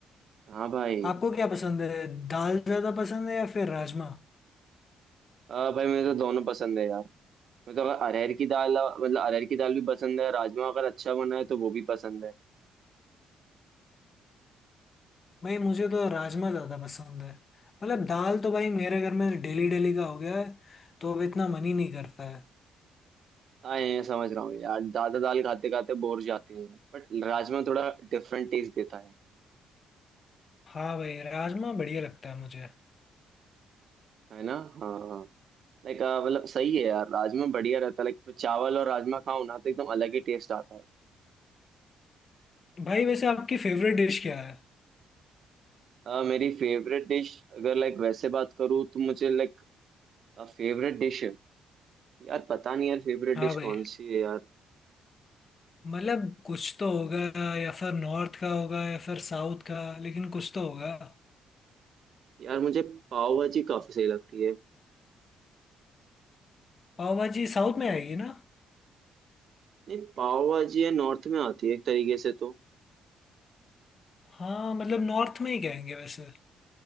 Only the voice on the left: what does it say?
आपको क्या पसंद है दाल ज़्यादा पसंद है या फिर राजमा
भाई मुझे तो राजमा ज़्यादा पसंद है मतलब दाल तो भाई मेरे घर में डेली डेली का हो गया है तो अब इतना मन ही नहीं करता है
हाँ भाई राजमा बढ़िया लगता है मुझे
भाई वैसे आपकी फेवरेट डिश क्या है
हाँ
भाई
मतलब कुछ तो होगा या फिर नॉर्थ का होगा या फिर साउथ का लेकिन कुछ तो होगा
पाव भाजी साउथ में आएगी ना
हाँ मतलब नॉर्थ में ही कहेंगे वैसे